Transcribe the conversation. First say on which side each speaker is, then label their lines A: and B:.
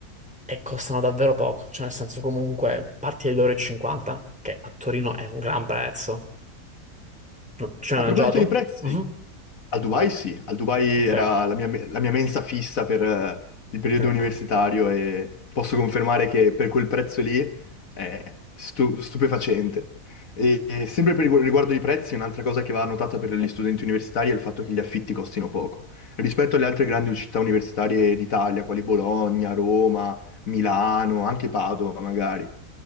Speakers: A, in the centre; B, on the left.
A: E costano davvero poco, cioè nel senso comunque parti da 2,50 euro, e cinquanta, che a Torino è un gran prezzo. No, Ci hai
B: A
A: mangiato?
B: proposito di prezzi,
A: Mhm.
B: Al Dubai sì, al Dubai
A: Ok,
B: era la mia, la mia mensa fissa per eh, il periodo
A: ecco.
B: universitario e posso confermare che per quel prezzo lì è stu- stupefacente. E, e sempre per rigu- riguardo i prezzi, un'altra cosa che va notata per gli studenti universitari è il fatto che gli affitti costino poco. Rispetto alle altre grandi città universitarie d'Italia, quali Bologna, Roma, Milano, anche Padova magari,